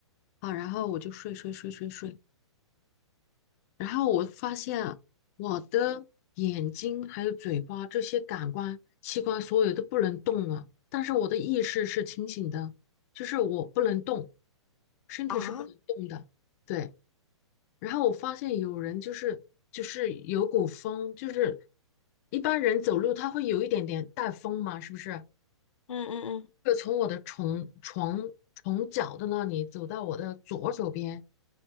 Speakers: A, on the left; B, on the left.
A: 好，然后我就睡睡睡睡睡，然后我发现啊我的眼睛还有嘴巴这些感官器官所有都不能动了，但是我的意识是清醒的，就是我不能动，身体是不能动的。
B: 啊，嗯
A: 对，然后我发现有人就是就是有股风，就是一般人走路他会有一点点带风嘛，是不是？
B: 嗯嗯
A: 就从我的床床床脚的那里走到我的左手边。